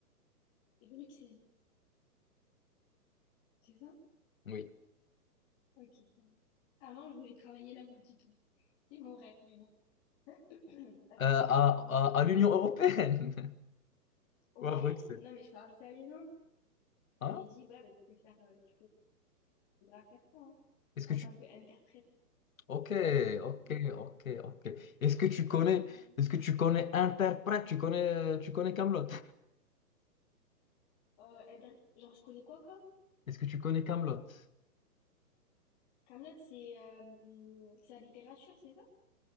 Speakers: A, on the left (about 15°); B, on the left (about 55°).
A: C'est Bruxelles. C'est ça?
B: Oui.
A: Ok, ça va. Avant, je voulais travailler là-bas, dis-toi. C'était mon rêve, mais bon. <coughs> <clears throat> Ok.
B: Euh, à
A: euh,
B: à- à l'Union européenne.
A: ouais,
B: Ouais, vrai que
A: non mais je parle sérieusement.
B: Hein?
A: J'avais dit ouais, mais tu peux faire, euh, tu peux grave faire ça hein,
B: Est-ce
A: en
B: que tu.
A: tant qu'interprète.
B: Ok,
A: Mais
B: ok,
A: bon.
B: ok, ok. Est-ce que tu connais.
A: bon.
B: Est-ce que tu connais Interprète? Tu connais. Tu connais Kaamelott?
A: Euh, inter- Genre je connais quoi comme?
B: Est-ce que tu connais Kaamelott?
A: Kaamelott, c'est euh, c'est la littérature, c'est ça?